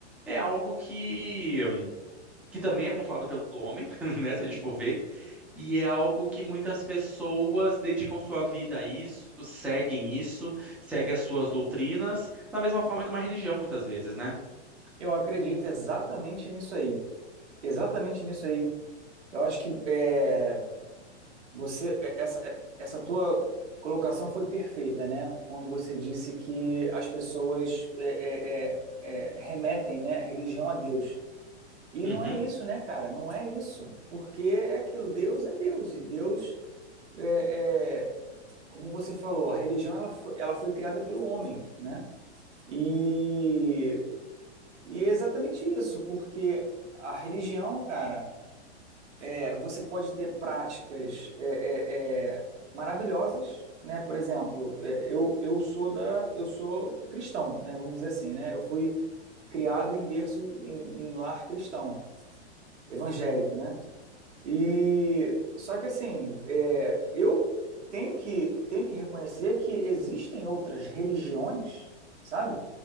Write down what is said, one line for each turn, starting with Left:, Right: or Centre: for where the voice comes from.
Centre: é algo que que também é controlado pelo homem, <laughs> né, se a gente for ver, e é algo que muitas pessoas dedicam sua vida a isso, seguem isso, seguem as suas doutrinas, da mesma forma que uma religião muitas vezes, né?
Right: Eu acredito exatamente nisso aí. Exatamente nisso aí. Eu acho que é, você é- essa, é- essa tua colocação foi perfeita, né? Quando você disse que as pessoas é, é, é, é, remetem, né, a religião a Deus. E
Centre: Uhum,
Right: não é isso, né, cara? Não é isso. Porque é aquilo, Deus é Deus. E Deus, é, é, como você falou, a religião ela foi, ela foi criada pelo homem, né? E, e é exatamente isso, porque a religião, cara. É, você pode ter práticas é, é, é, maravilhosas, né? Por exemplo, é, eu, eu sou da eu sou cristão, né? Vamos dizer assim, né? Eu fui criado em berço em, em lar cristão, evangélico, né? E só que assim, é, eu tenho que tenho que reconhecer que existem outras religiões, sabe?